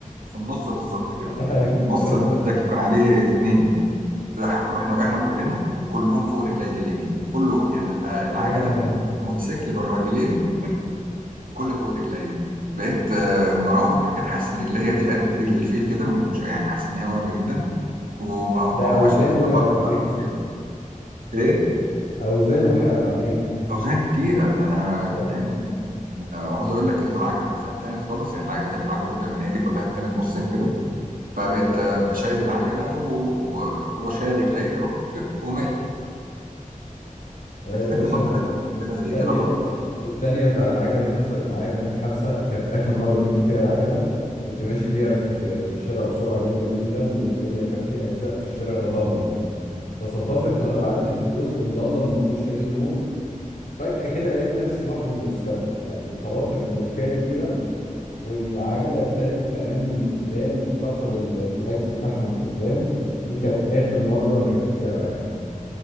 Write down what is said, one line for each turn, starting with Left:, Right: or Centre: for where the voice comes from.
Right: في النص بالظبط كده
Left: <laughs>
Right: نص الموتوسيكل كان عليه اتنين رح رحنا وقعنا كلنا وكلهم فوق رجليا اليمين كلهم يعني الع- العجله
Left: يا
Right: الموتوسيكل بالراجلين كله فوق رجليا بقيت آه، مروح كده حاسس ان رجليا دي قد رجل الفيل كده مش- يعني حاسس ان هي ورمه جدا وما- وما-
Left: ده
Right: وماشي
Left: اوزان
Right: كده
Left: وقعت
Right: بجر- بجرجر
Left: عليها
Right: فيها ايه
Left: اوزان وقعت عليها
Right: اوزان كتيره ده انا
Left: ايوه
Right: يعني أنا عاوز اقول لك إن- والعجله نفسها اتانت خالص يعني العجله اللي هي العجله القدامانيه دي كلها اتانت نصين كده فبقيت
Left: اه
Right: آه، شايل العجله و... و- وشايل رجليا <laughs> و- وماشي
Left: لا
Right: انت فاكر
Left: يا باشا
Right: برضه
Left: انت ف-
Right: حاجه كده
Left: التانية
Right: زي كده برضه
Left: الت- التانية بتاع العجلة دي حصلت معايا في آخر حادثة كانت آخر مرة ركبت فيها العجلة كنت ماشي بيها في في شارع بسرعة جامدة جدا والدنيا كانت في أجزاء في الشارع ده ضلمة فصدفت وأنا بعدي في جزء مضلم ما فيهوش أي نور فجأة كده لقيت نفسي بحضن الأسفلت يعني اتخبطت في بلوكاية كبيرة والعجله اتالت تماما من قدام واتكسر ال- الاجز بتاعها من قدام دي كانت اخر مره ركبت فيها العجله